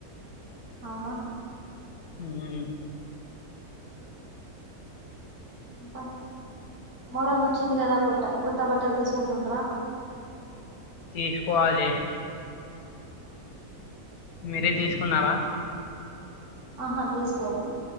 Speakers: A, on the right (about 75°); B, on the left (about 75°).
A: అవునా
B: ఉమ్
A: ఇంకా మొహరం వచ్చింది కదా కొట్ట కొత్త బట్టల్ తీసుకుంటుండ్రా
B: తీస్కోవాలె మీరే తీసుకున్నారా
A: ఆహా తీసుకొం